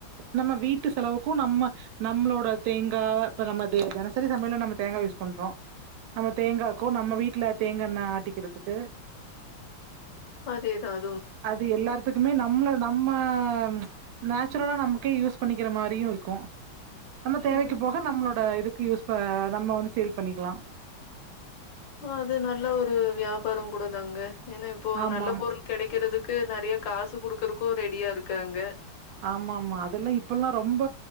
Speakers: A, on the right; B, on the left.
A: நம்ம வீட் வீட்டு செலவுக்கும் நம்ம நம்மளோட தேங்கா இப்ப நம்ம தி தென சரி சமையல்ல நம்ம தேங்கா யூஸ் பண்றோம் நம்ம தேங்காக்கு நம்ம வீட் எல்லா தேங்காண்ண ஆட்டிக்கிறதுக்கு
B: அதே தான்
A: அது எல்லார்த்துக்குமே நம்மள நம்ம ஆ நேச்சுரலா நமக்கே யூஸ் பண்ணிக்கிற மாரியும் இருக்கும் நம்ம தேவைக்கு
B: ம்
A: போக நம்மளோட இதுக்கு யூஸ் ஆ நம்ம வந்து சேல் பண்ணிக்கலாம்
B: அது நல்ல ஒரு வியாபாரம் கூட தாங்க ஏன்னா இப்போ
A: ஆமாமா.
B: நல்ல பொருள் கெடைக்கிறதுக்கு நெறைய காசு குடுக்குறக்கு ரெடியா இருக்காங்க
A: ஆமாமா அதெல்லா இப்பல்லா ரொம்ப